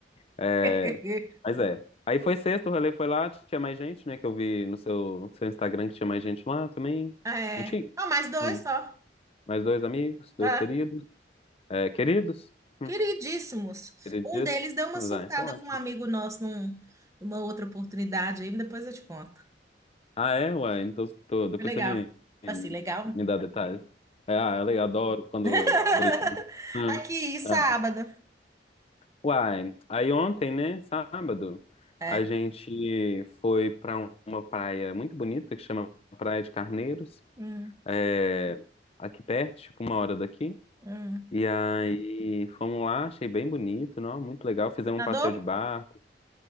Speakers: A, on the left; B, on the right.
A: É,
B: <laughs>
A: mas é. Aí foi sexta, o rolê foi lá, tinha mais gente, né? Que eu vi no seu, seu Instagram que tinha mais gente lá também.
B: É.
A: Não tinha?
B: Ah, mais dois
A: Hum.
B: só.
A: Mais dois amigos, dois
B: É.
A: queridos. É, queridos? Hum,
B: Queridíssimos.
A: Queridíssimos?
B: Um deles deu uma surtada
A: Ah, então ótimo.
B: com um amigo nosso num- numa outra oportunidade aí, depois eu te conto.
A: Ah, é? Ué, então tô- depois
B: Foi legal.
A: você me,
B: Assim, legal?
A: me
B: né?
A: dá detalhes. É, ah, eu le- adoro quando
B: <laughs>
A: brigam. Ah,
B: Aqui, sábado.
A: ah. Uai, aí ontem, né, sábado,
B: É.
A: a gente foi pra uma praia muito bonita que chama Praia de Carneiros,
B: Hum,
A: é, aqui perto, tipo uma hora daqui.
B: hum.
A: E aí fomos lá, achei bem bonito, não? Muito legal. Fizemos
B: Nadou?
A: um passeio de barco.